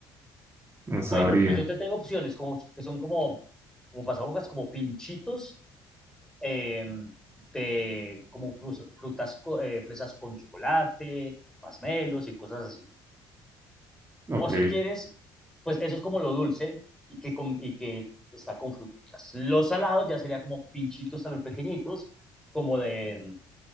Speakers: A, on the right (about 25°); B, in the centre.
A: No sabría.
B: Bueno, pues yo te tengo opciones como, que son como, como pasabocas, como pinchitos eh, de como frus- frutas, co- eh, fresas con chocolate, masmelos y cosas así.
A: Ok,
B: O si quieres, pues eso es como lo dulce y que, con- y que está con fruticas. Los salados ya sería como pinchitos también pequeñitos, como de,